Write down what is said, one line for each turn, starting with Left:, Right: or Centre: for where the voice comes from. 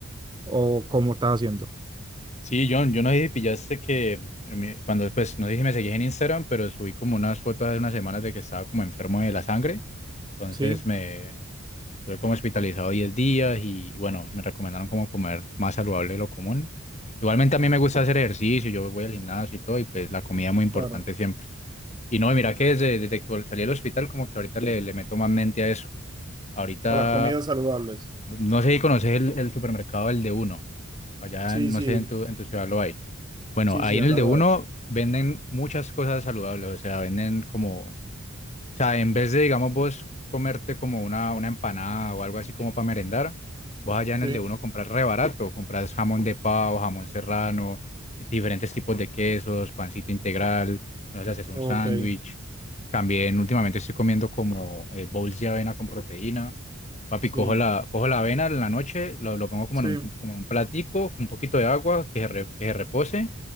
Right: o cómo estás haciendo?
Left: Sí, John, yo no sé si pillaste que en mi- cuando después, no sé si me seguís en Instagram, pero subí como unas fotos hace unas semanas de que estaba como enfermo de la sangre. Entonces
Right: Sí,
Left: me estuve como hospitalizado 10 días y bueno, me recomendaron como comer más saludable de lo común. Igualmente a mí me gusta hacer ejercicio, yo voy al gimnasio y todo y pues la comida es muy importante
Right: claro.
Left: siempre. Y no, mira que desde, desde que salí del hospital como que ahorita le, le meto más mente a eso. Ahorita,
Right: A las comidas saludables.
Left: no sé si conoces el, el supermercado, el de uno. Allá,
Right: Sí,
Left: no
Right: sí,
Left: sé, en tu, en tu ciudad lo hay. Bueno,
Right: sí,
Left: ahí
Right: sí, acá
Left: en el de
Right: lo
Left: uno
Right: hay.
Left: venden muchas cosas saludables, o sea, venden como, o sea, en vez de, digamos, vos comerte como una, una empanada o algo así como para merendar, vos allá en
Right: Sí,
Left: el de uno compras re barato, compras jamón de pavo, jamón serrano, diferentes tipos de quesos, pancito integral, no haces un
Right: ok,
Left: sándwich, también últimamente estoy comiendo como eh, bowls de avena con proteína. Papi,
Right: sí,
Left: cojo la, cojo la avena en la noche, lo, lo pongo como
Right: sí,
Left: en un, como en un platico con un poquito de agua que se, re- que se repose.